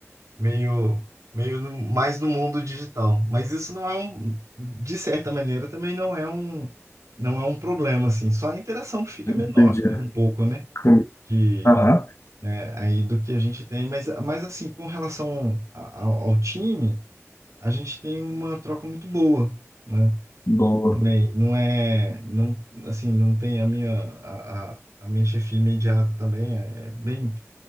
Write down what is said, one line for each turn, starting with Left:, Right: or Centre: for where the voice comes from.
Right: meio, meio no- mais no mundo digital. Mas isso não é um, de certa maneira, também não é um, não é um problema, assim. Só a interação que fica
Left: Entendi.
Right: menor, né, um pouco, né,
Left: Com-
Right: que,
Left: Aham.
Right: né, aí do que a gente tem. Mas, mas assim, com relação a- ao, ao time, a gente tem uma troca muito boa, né,
Left: Boa.
Right: também. Não é, não, assim, não tem a minha, a, a, a minha chefia imediata também, é bem,